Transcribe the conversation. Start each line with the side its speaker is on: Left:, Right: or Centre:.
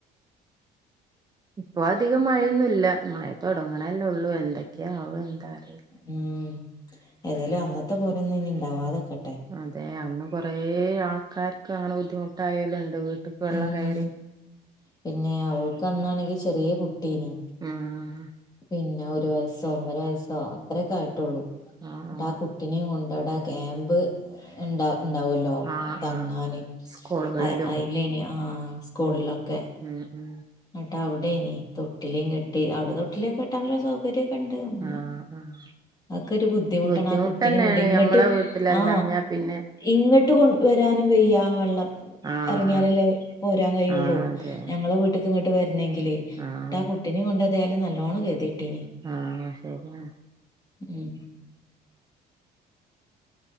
Right: ഇപ്പൊ അധികം മഴയൊന്നുല്ല മഴ തോട്ങ്ണല്ലേ ഒള്ളൂ എന്തേക്കെയാ ആവ എന്താ അറീ
Left: ഉം ഏതായാലും അന്നത്തെ പോലെ ഒന്നും ഇനി ഇണ്ടാവാതക്കട്ടെ
Right: അതെ അന്ന് കൊറേ ആൾക്കാര്ക്ക് അങ്ങനെ ബുദ്ധിമുട്ടായോല്ണ്ട് വീട്ട്ക്ക് വെള്ളം
Left: ഉം
Right: കയറിം
Left: പിന്നെ ഓൾക്ക് അന്നാണെങ്കി ചെറ്യേ കുട്ട്യേനി
Right: ആഹ്
Left: പിന്നെ ഒരു വയ സോ ഒന്നര വയസ്സോ അത്രെക്കെ ആയിട്ടോള്ളൂ
Right: ആഹ്
Left: ട്ടാ ആ കു ട്ടിനിം കൊണ്ട് അവ്ടെ ആ ക്യാമ്പ് ഇണ്ടാ ഇണ്ടാവോ ല്ലോ
Right: ആഹ്
Left: തങ്ങാന്
Right: ആഹ് ആഹ് സ്കൂളുകളിലും
Left: അ അയിലെനി ആ സ്കൂൾലൊക്കെ
Right: ഉം ഉം ഉം
Left: ന്നട്ട് അവ്ടെനി തൊട്ടിലിം കെട്ടി അവ്ട തൊട്ടിലിക്കെ കെട്ടാൻള്ള സൗ- കര്യക്കണ്ട് അങ്ങനെ
Right: ആഹ് ആഹ്
Left: അതൊക്കെരു ബുദ്ധിമുട്ടാണ്
Right: ബുദ്ധിമുട്ടന്നെയാണ്
Left: ആ കുട്ടിനിം കൊണ്ട് ഇങ്ങട്ട്
Right: ഞമ്മളെ വീട്ടിലല്ലാഞ്ഞാ
Left: ആ
Right: പിന്നെ
Left: ഇങ്ങട്ട് കൊ വരാനും വെയ്യ വെള്ളം
Right: ആഹ്
Left: എറങ്ങിയാലല്ലേ
Right: ആഹ്
Left: പോരാൻ കയ്യോള്ളൂ
Right: ആഹ്
Left: ഞ
Right: അതെ
Left: ഞങ്ങളെ വീട്ട്ക്ക് ഇങ്ങട്ട് വരനെങ്കില് ട്ടാ
Right: ആഹ്
Left: ആ കുട്ടിനിം കൊണ്ട് എതായാലും നല്ലോണം കെതിയട്ടിനി
Right: ആ ശര്യാണ്
Left: ഉം